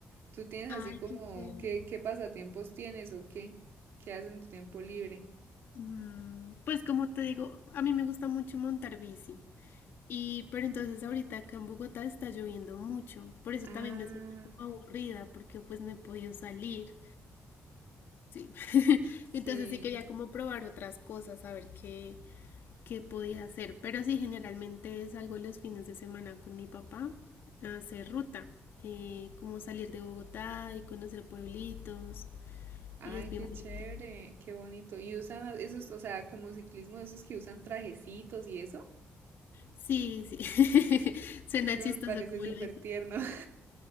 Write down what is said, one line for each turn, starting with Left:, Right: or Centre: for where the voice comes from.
Right: ¿Tú tienes
Left: Ay,
Right: así como
Left: qué chévere.
Right: qué, qué pasatiempos tienes o qué? ¿Qué haces en tu tiempo libre?
Left: Mm, Pues como te digo, a mí me gusta mucho montar bici. Y pero entonces ahorita acá en Bogotá está lloviendo mucho, por eso
Right: Ah,
Left: también me siento como aburrida porque pues no he podido salir. Sí. <laughs>
Right: sí.
Left: Entonces sí quería como probar otras cosas, a ver qué qué podía hacer, pero sí generalmente salgo los fines de semana con mi papá a hacer ruta, eh, como salir de Bogotá y conocer pueblitos
Right: Ay,
Left: y es bien
Right: qué
Left: bonito.
Right: chévere, qué bonito. Y usan a- esos, o sea, como ciclismo, esos que usan trajecitos y eso.
Left: Sí, sí. <laughs> Suena
Right: Es que
Left: chistoso
Right: me parece
Left: como
Right: súper
Left: lo dices.
Right: tierno. <laughs>